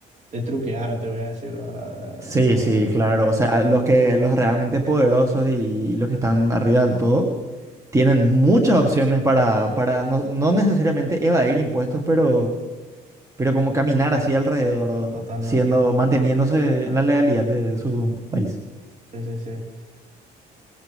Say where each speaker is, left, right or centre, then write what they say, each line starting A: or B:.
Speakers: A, on the right; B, on the right.
A: de truquear, te voy a decir, ¿verdad?
B: Sí, sí, claro.
A: Eh,
B: O sea, los que, los realmente poderosos y, los que están arriba del todo tienen muchas opciones para, para no, no necesariamente evadir impuestos, pero, pero como caminar así alrededor,
A: Totalmente.
B: siendo, manteniéndose en la legalidad de su país.
A: Sí, sí, sí.